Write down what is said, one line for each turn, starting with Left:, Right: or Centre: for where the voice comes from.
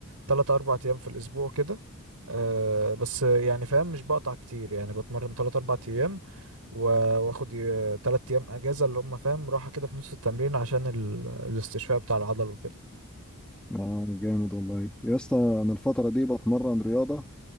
Right: تلات اربع ايام في الاسبوع كده أه بس يعني فاهم مش بقطع كتير يعني بتمرن تلات اربع ايام و- واخد ي- تلات ايام اجازة اللي هم فاهم راحة كده في نص التمرين عشان ال- الاستشفاء بتاع العضل وكده
Centre: اه جامد والله يا اسطى انا الفتره دي بتمرن رياضه